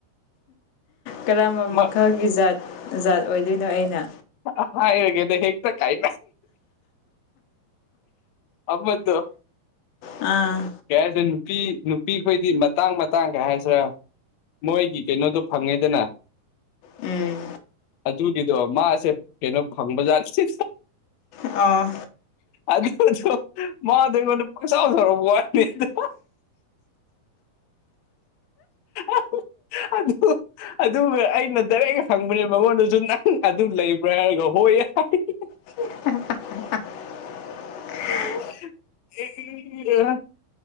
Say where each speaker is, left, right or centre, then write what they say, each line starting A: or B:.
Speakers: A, on the left; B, on the left.
A: ꯀꯔꯝꯕ
B: ꯑꯃ
A: ꯃꯈꯜꯒꯤ ꯖꯥꯠ ꯖꯥꯠ ꯑꯣꯏꯗꯣꯏꯅꯣ ꯑꯩꯅ
B: ꯍꯥ ꯍꯥꯏꯔꯥꯒꯦꯗ ꯍꯦꯛꯇ ꯀꯥꯏ ꯑꯃꯥꯗꯣ
A: ꯑꯥ
B: ꯀꯩ ꯍꯥꯏꯗꯣꯏ ꯅꯨꯄꯤ ꯅꯨꯄꯤ ꯈꯣꯏꯗꯤ ꯃꯇꯥꯡ ꯃꯇꯥꯡ ꯀꯩ ꯍꯥꯏꯁꯤꯔꯥ ꯃꯣꯏꯒꯤ ꯀꯩꯅꯣꯗꯣ ꯐꯪꯉꯦꯗꯅ
A: ꯎꯝ
B: ꯑꯗꯨꯒꯤꯗꯣ ꯃꯥꯁꯦ ꯀꯩꯅꯣ ꯐꯪꯕꯖꯥꯠꯅꯦ
A: ꯑꯥ
B: ꯑꯗꯨꯁꯨ ꯃꯥꯗꯣ ꯑꯩꯉꯣꯟꯗ ꯄꯪꯁꯥꯎꯁꯥꯎꯔꯛꯄ ꯋꯥꯅꯤꯗꯥ ꯑꯥ ꯑꯗꯨ ꯑꯗꯨꯒ ꯑꯩꯅ ꯗꯥꯏꯔꯦꯛ ꯍꯪꯕꯅꯦ ꯃꯉꯣꯟꯗꯁꯨ ꯅꯪ ꯑꯗꯨ ꯂꯩꯕ꯭ꯔꯥ ꯍꯥꯏꯔꯒ ꯍꯣꯏ ꯍꯥꯏꯌꯦ
A: <inaudible>
B: <inaudible>